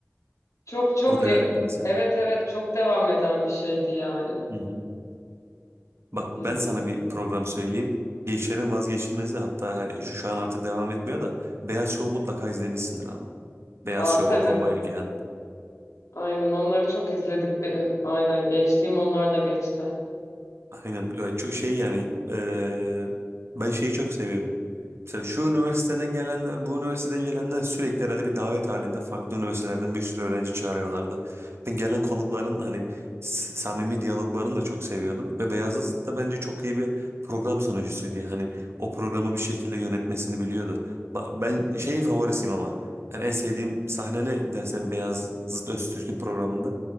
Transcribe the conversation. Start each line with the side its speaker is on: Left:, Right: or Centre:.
Left: Çok çok
Right: O da
Left: ya-
Right: garipti mesela.
Left: evet evet çok devam eden bir şeydi yani.
Right: Hı hı. Bak
Left: Kesinlikle.
Right: ben sana bir program söyleyeyim. Gençlerin vazgeçilmezi hatta hani şu, şu an artık devam etmiyor da Beyaz Şov mutlaka izlemişsindir ama. Beyaz
Left: Aa
Right: Şov,
Left: tabii.
Right: Okan Bayülgen.
Left: Aynen onları çok izledik benim. Aynen gençliğim onlarla geçti.
Right: Aynen ya çok şey yani eee, ben şeyi çok seviyordum. Mesela şu üniversiteden gelenler, bu üniversiteden gelenler sürekli herhalde bir davet halinde farklı üniversitelerden bir sürü öğrenci çağırıyorlardı. Ben gelen konukların hani s- samimi diyaloglarını da çok seviyordum. Ve Beyazıt da bence çok iyi bir program sunucusuydu. Hani o programı bir şekilde yönetmesini biliyordu. Ba- Ben şeyin favorisiyim ama yani en sevdiğim sahne ne dersen Beyazıt Öztürk'ün programında.